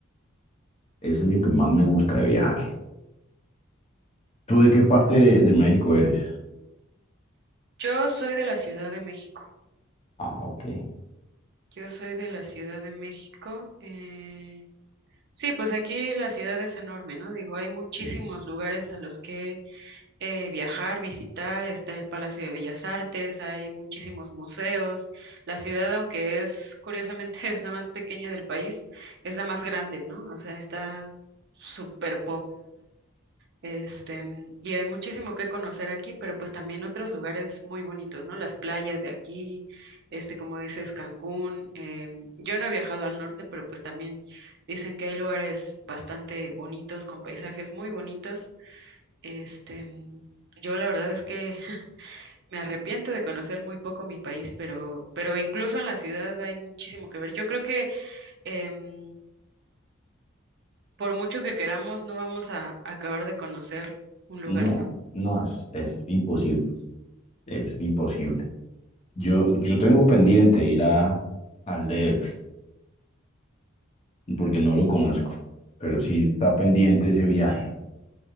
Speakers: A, on the left (about 30°); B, on the right (about 55°).
A: Eso es lo que más me gusta de viajar. ¿Tú de qué parte de, de México eres?
B: Yo soy de la Ciudad de México.
A: Ah, ok.
B: Yo soy de la Ciudad de México. eh, sí, pues aquí la ciudad es enorme, ¿no? Digo, hay muchísimos
A: Sí.
B: lugares a los que eh, viajar, visitar. Está el Palacio de Bellas Artes, hay muchísimos museos. La ciudad, aunque es, curiosamente, <laughs> es la más pequeña del país, es la más grande, ¿no? O sea, está súper este, mm, y hay muchísimo que conocer aquí, pero pues también otros lugares muy bonitos, ¿no? Las playas de aquí, este, como dices, Cancún. em, yo no he viajado al norte, pero pues también dicen que hay lugares bastante bonitos, con paisajes muy bonitos. Este, mm, yo la verdad es que <laughs> me arrepiento de conocer muy poco mi país, pero, pero incluso en la ciudad hay muchísimo que ver. Yo creo que em, por mucho que queramos, no vamos a acabar de conocer un lugar,
A: No,
B: ¿no?
A: no, es, es imposible, es imposible. Yo, yo tengo pendiente ir a, al D F. porque no lo conozco, pero sí está pendiente ese viaje.